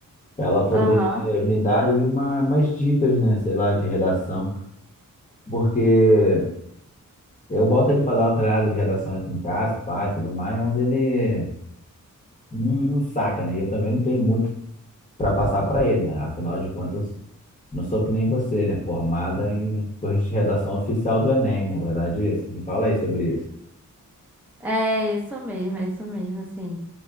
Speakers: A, on the left; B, in the centre.
A: para ela poder
B: Aham.
A: me dar aí uma, umas dicas, né? Sei lá, de redação. Porque eu boto ele para dar uma treinada de redação aqui em casa, pai, tudo mais, mas ele não, não saca, né? E eu também não tenho muito para passar para ele. né? Afinal de contas, não sou que nem você, né? Formada em corrigir de redação oficial do Enem, na verdade, é isso. Me fala aí sobre isso.
B: É isso mesmo, é isso mesmo, sim.